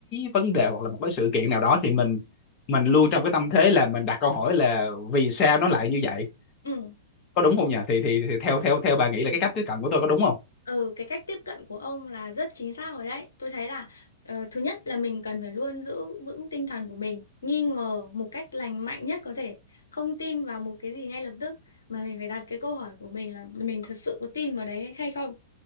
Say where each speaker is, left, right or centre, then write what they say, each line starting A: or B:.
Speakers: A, on the left (about 30°); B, on the left (about 70°).
A: vấn đề hoặc là một cái sự kiện nào đó thì mình mình luôn trong cái tâm thế là mình đặt câu hỏi là vì sao nó lại như vậy
B: ừ,
A: có đúng không nhỉ thì thì, thì theo theo theo bà nghĩ là cái cách tiếp cận của tôi có đúng không
B: ừ, cái cách tiếp cận của ông là rất chính xác rồi đấy. Tôi thấy là ờ, thứ nhất là mình cần phải luôn giữ vững tinh thần của mình, nghi ngờ một cách lành mạnh nhất có thể, không tin vào một cái gì ngay lập tức, mà mình phải đặt cái câu hỏi của mình là mình thật sự có tin vào đấy hay không.